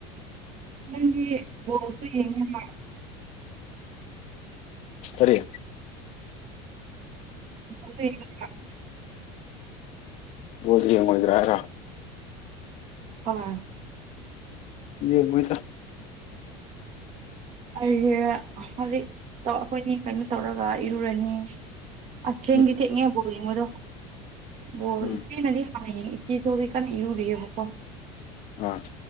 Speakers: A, on the right; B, on the left.
A: ꯅꯪꯗꯤ ꯕꯣꯜꯁꯨ ꯌꯦꯡꯉꯤ ꯅꯦ
B: ꯀꯔꯤ
A: <unintelligible>
B: ꯕꯣꯜ ꯌꯦꯡꯉꯣꯏꯗ꯭ꯔꯥ ꯍꯥꯏꯔꯣ
A: ꯍꯣꯏ
B: ꯌꯦꯡꯉꯣꯏꯗ
A: ꯑꯩꯁꯦ ꯍꯧꯖꯤꯛ ꯑꯩꯈꯣꯏꯅꯤ ꯀꯩꯅꯣ ꯇꯧꯔꯒ ꯏꯔꯨꯔꯅꯤ ꯑꯁ ꯊꯦꯡꯗꯤ
B: ꯎꯝ
A: ꯊꯦꯡꯉꯦ ꯕꯣꯜ ꯌꯦꯡꯕꯗꯣ ꯕꯣꯜ
B: ꯎꯝ
A: ꯏꯆꯦꯅꯗꯤ <unintelligible> ꯏꯆꯦꯁꯨ ꯍꯧꯖꯤꯛ ꯀꯟꯅ ꯏꯔꯨꯔꯤꯑꯕꯀꯣ
B: ꯑꯥ